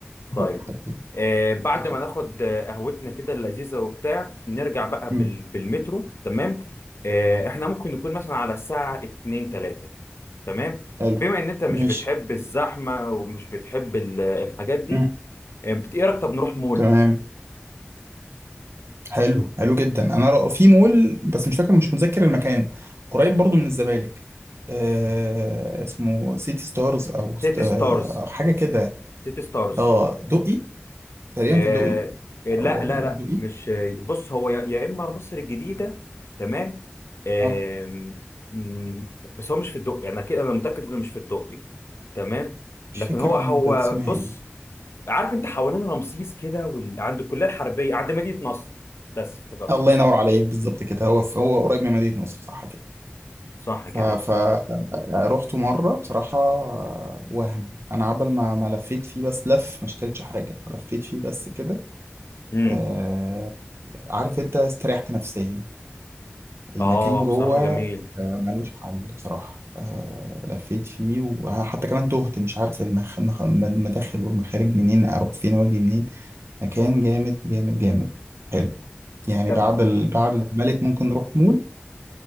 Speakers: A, on the left; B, on the right.
A: طيب
B: لا، حبيبي
A: آه بعد
B: شوف.
A: ما ناخد آه، قهوتنا كده اللذيذه وبتاع نرجع بقى
B: مم.
A: بال... بالمترو تمام آه احنا ممكن نكون مثلا على الساعه 2 3 تمام
B: حلو
A: بما ان انت مش
B: ماشي
A: بتحب الزحمه ومش بتحب ال- الحاجات دي
B: مم.
A: آه، بت- ايه رايك طب نروح مول
B: تمام حلو حلو جدا انا ر- في مول بس مش فاكر مش متذكر المكان قريب برضو من الزمالك آه اسمه سيتي ستارز او ست
A: سيتي
B: آه
A: ستارز
B: او حاجه كده
A: سيتي ستارز
B: اه دقي تقريبا
A: آه
B: في الدقي
A: آه، لا
B: او قريب
A: لا
B: من
A: لا
B: الدقي
A: مش بص هو يا يا اما مصر الجديده تمام آم،
B: اه
A: مم، بس هو مش في الدقي يعني كده انا متاكد انه مش في الدقي تمام
B: مش
A: لكن
B: فاكر
A: هو
B: المنطقه
A: هو
B: دي اسمها
A: بص
B: ايه
A: عارف انت حوالين رمسيس كده وال... عند الكليه الحربيه عند مدينه نصر بس افتكرت
B: آه الله ينور عليك بالظبط كده هو في هو قريب من مدينه نصر صح كده
A: صح
B: ف
A: كده
B: ف رحت مره بصراحه آه، وهم انا عبل ما ما لفيت فيه بس لف ما اشتريتش حاجه لفيت فيه بس كده
A: امم
B: آه عارف انت استريحت نفسيا المكان
A: اه
B: جوه
A: بصراحه جميل
B: آه، ملوش آه. حل بصراحة آه، لفيت فيه وحتى كمان تهت مش عارف المخ... مخ... المداخل والمخارج منين اروح فين واجي منين مكان جامد جامد جامد حلو يعني
A: طب
B: بعد ال... بعد الملك ممكن نروح مول